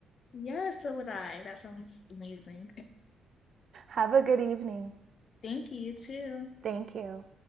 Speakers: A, on the left; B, on the right.
A: Yeah, so would I. That sounds amazing.
B: Have a good evening.
A: <laughs> Thank you too.
B: Thank you.